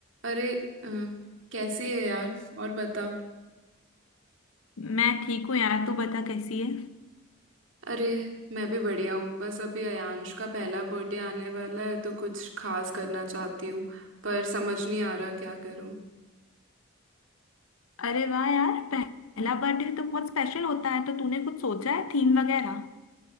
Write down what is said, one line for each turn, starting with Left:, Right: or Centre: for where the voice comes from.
Right: अरे अ, कैसी है यार और बता
Left: मैं ठीक हूँ यार तू बता कैसी है
Right: अरे मैं भी बढ़िया हूँ बस अभी अयांश का पहला बर्थडे आने वाला है तो कुछ खास करना चाहती हूँ पर समझ नहीं आ रहा क्या करूँ
Left: अरे वाह यार पहला बर्थडे तो बहुत स्पेशल होता है तो तूने कुछ सोचा है थीम वगैरह